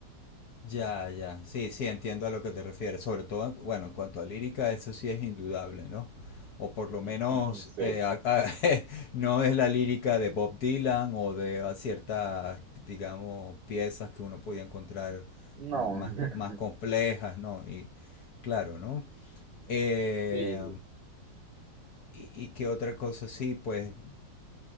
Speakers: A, on the left; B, on the right.
A: Ya, ya. Sí, sí, entiendo a lo que te refieres. Sobre todo, en- bueno, en cuanto a lírica, eso sí es indudable, ¿no? O por lo menos
B: <laughs> Sí.
A: eh, a- a- <laughs> no es la lírica de Bob Dylan o de a ciertas, digamos, piezas que uno podía encontrar
B: No,
A: mu- más, co-
B: <laughs>
A: más complejas, ¿no? Y claro, ¿no? Eh,
B: sí.
A: y, y qué otra cosa, sí, pues